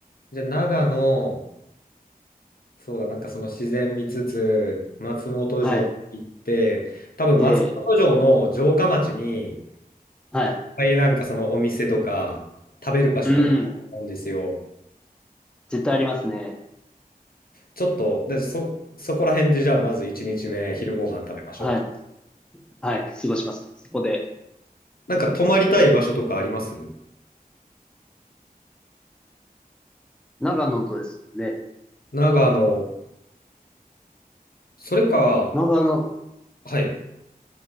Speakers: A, on the left; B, in the centre.
A: じゃあ長野、そうだ、なんかその自然見つつ、松本城行って、
B: はい。
A: 多分松本城の城下町に、
B: で、
A: いっ
B: はい。
A: ぱいなんかそのお店とか、食べる場所とかあると思うんですよ。
B: うん。絶対ありますね。
A: ちょっと、で、そ、そこら辺でじゃあまず1日目、昼ご飯食べましょうか。
B: はい。はい。過ごします。そこで。
A: なんか泊まりたい場所とかあります
B: 長野とですね。
A: 長野、それか、
B: 長野、
A: はい、